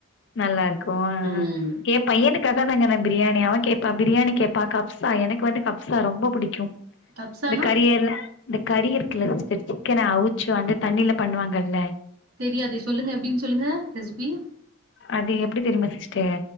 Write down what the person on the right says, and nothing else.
ம்
கப்சானா
தெரியாதே சொல்லுங்க எப்டின்னு சொல்லுங்க ரெசிபி